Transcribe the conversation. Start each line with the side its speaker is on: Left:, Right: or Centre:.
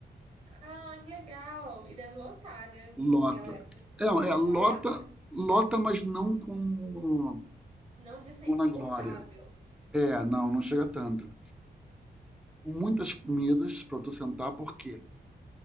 Right: Ah, que legal. E deve lotar, né?
Centre: Lota.
Right: Porque ela é muito
Centre: É, é lota,
Right: amada.
Centre: lota, mas não como
Right: Não de ser
Centre: como
Right: insuportável.
Centre: na glória. É, não, não chega tanto. Muitas mesas para tu sentar, porque